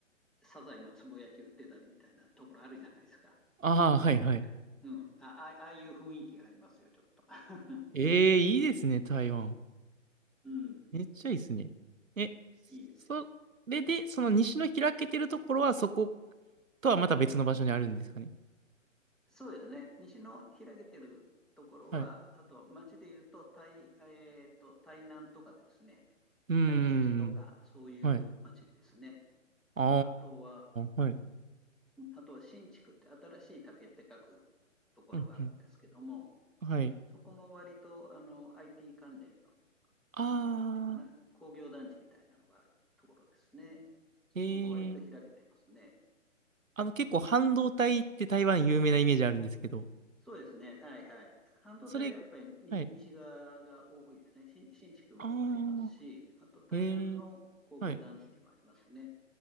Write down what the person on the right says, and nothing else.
ああ、
はいはい。
ええ、いいですね、台湾。
めっちゃいいですね。え、
それで、その西の開けてるところは、そことはまた別の場所にあるんですかね。
はい。
うーん。
はい。あ
あ、はい。
うんうん。はい。
ああ、
えー。あの、結構半導体って台湾有名なイメージあるんですけど、
それ、はい。
ああ、
えー。はい。